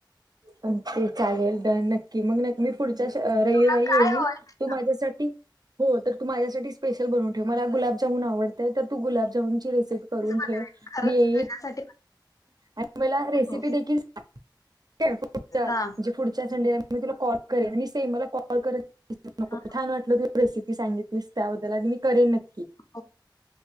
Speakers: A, on the right (about 55°); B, on the left (about 45°).
A: पण ते चालेल, डन नक्की मग मी पुढच्या रविवारी
B: तुला
A: येईल
B: काय हवं आहे ते सांग.
A: तू माझ्यासाठी हो तर तू माझ्यासाठी स्पेशल बनवून ठेव. मला गुलाब जामुन आवडतात तर तू गुलाबजामुची रेस <unintelligible> करून
B: मीच बनवेन
A: ठेव
B: खरंच
A: मी येईन.
B: तुझ्यासाठी
A: आणि मला रेसिपी
B: हो
A: देखील सांग. <unintelligible> म्हणजे पुढच्या,
B: हा
A: पुढच्या संडेला मी तुला कॉल करीन आणि सेम मला <unintelligible>
B: हा.
A: रेसिपी सांगितलीस त्याबद्दल आधी मी करेन. <unintelligible>
B: हो